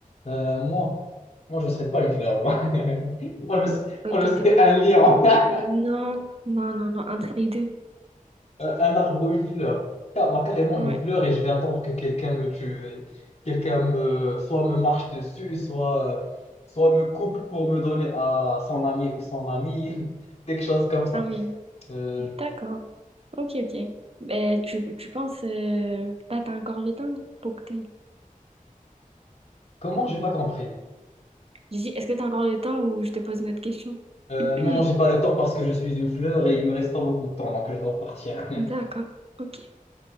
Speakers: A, on the left; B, on the right.
A: Euh, moi, moi, je serais pas une fleur. Moi, <laughs> moi, je, serais-
B: Ok,
A: moi, je serais
B: t'es quoi?
A: un lion. <laughs>
B: Non, non, non, non, entre les deux.
A: Euh, un arbre ou une fleur. Car- moi, carrément
B: Ouais.
A: une fleur et je vais attendre que quelqu'un me tue. Et Quelqu'un me, soit me marche dessus, soit, euh, soit me coupe pour me donner à son ami ou son amie. <laughs> Quelque chose comme ça.
B: Ah oui.
A: Euh,
B: D'accord. Ok, ok. Ben, tu, tu penses, euh, là, t'as encore le temps pour que t'ailles.
A: Comment? J'ai pas compris.
B: J'ai dit, est-ce que t'as encore le temps ou je te pose une autre question?
A: Euh,
B: <clears throat>
A: non, non, j'ai pas le temps parce que je suis une fleur et il me reste pas beaucoup de temps, donc je dois partir.
B: D'accord.
A: <laughs>
B: Ok.